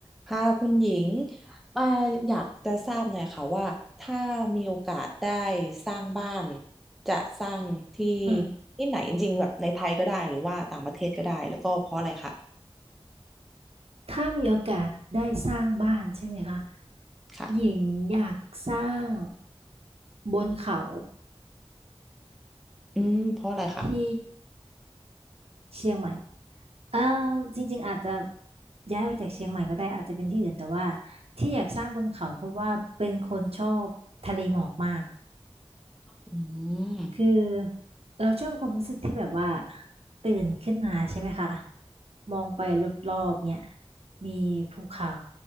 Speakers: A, in the centre; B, on the right.
A: ค่ะคุณหญิงอ่ออยากจะทราบหน่อยค่ะว่าถ้ามีโอกาสได้สร้างบ้านจะสร้างที่
B: อืม
A: ที่ไหนจริงๆแบบในไทยก็ได้หรือว่าต่างประเทศก็ได้แล้วก็เพราะอะไรคะ
B: ถ้ามีโอกาสได้สร้างบ้านใช่ไหมคะ
A: ค่ะ
B: หญิงอยากสร้างบนเขา
A: อืมเพราะอะไรคะ
B: ที่เชียงใหม่เอ่มจริงๆอาจจะย้ายออกจากเชียงใหม่ก็ได้อาจจะเป็นที่อื่นแต่ว่าที่อยากสร้างบนเขาเพราะว่าเป็นคนชอบทะเลหมอกมาก
A: อืม
B: คือเราชอบความรู้สึกที่แบบว่าตื่นขึ้นมาใช่ไหมคะมองไปรอบๆเนี่ยมีภูเขา